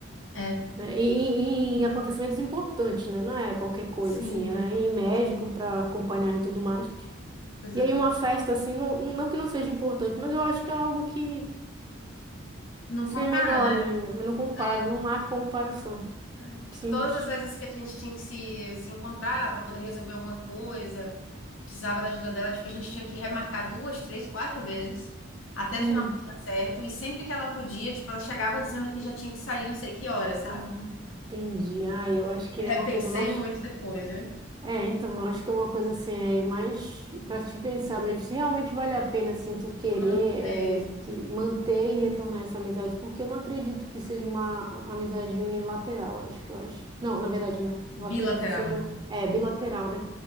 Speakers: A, on the left; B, on the right.
A: É,
B: né? E, e- e em acontecimentos importantes, né? Não é qualquer coisa,
A: sim,
B: assim, é em médico
A: sim.
B: para acompanhar e tudo mais.
A: Pois
B: E
A: é.
B: aí uma festa, assim, não, não que não seja importante, mas eu acho que é algo que,
A: Não
B: se
A: compara,
B: é menor,
A: né?
B: né? Não compara,
A: É,
B: não há comparação.
A: é. Tipo,
B: Simples.
A: todas as vezes que a gente tinha que se, se encontrar para poder resolver alguma coisa, precisava da ajuda dela, tipo, a gente tinha que remarcar duas, três, quatro vezes. Até
B: Hum,
A: finalmente dar certo. E sempre que ela podia, tipo, ela chegava dizendo que já tinha que sair não sei que hora, sabe?
B: ah, entendi. Ah, eu acho que é
A: Repensei
B: uma coisa mais.
A: muito depois, viu?
B: É, então, eu acho que é uma coisa assim, aí mais para te pensar mesmo, se realmente vale a pena, assim, tu querer
A: Manter
B: é, que manter e retornar essa amizade, porque eu não acredito que seja uma a- amizade unilateral, acho que eu acho. Não, na verdade, né? Eu
A: bilateral,
B: acredito que seja
A: né?
B: um- é, bilateral, né?